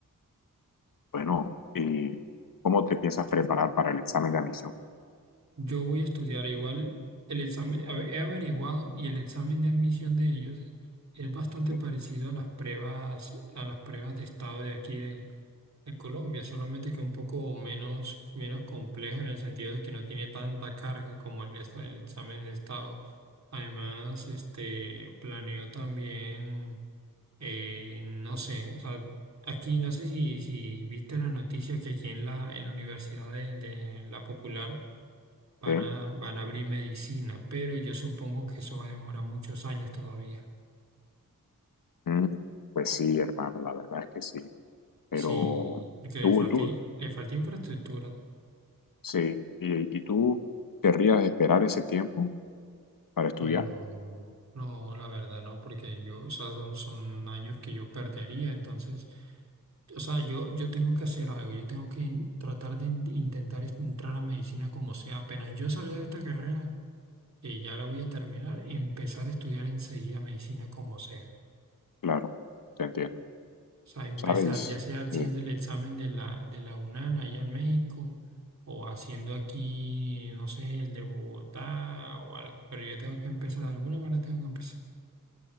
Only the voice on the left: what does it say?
Bueno, ¿y cómo te piensas preparar para el examen de admisión?
¿Sí?
¿Sí?
Mm, Pues sí, hermano, la verdad es que sí. Pero
tú,
tú,
sí. ¿Y, y tú querrías esperar ese tiempo para estudiar?
Claro, te entiendo.
¿Sabes?
Sí,